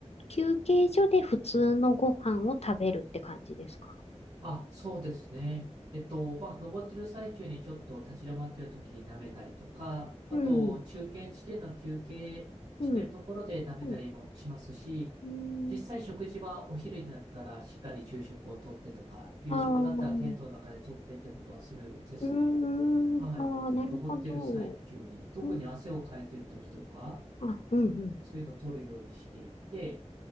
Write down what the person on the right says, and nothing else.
あ、そうですね。えっと、まあ、登ってる最中にちょっと立ち止まってる時に舐めたりとか、あと、
中継地点の休憩してるところで舐めたりもしますし、
実際食事はお昼になったらしっかり昼食をとってとか、夕食だったらテントの中でとってってことはするですね。
はい。
登ってる最中に、特に汗をかいてる時とか、
そういうのを取るようにしていて、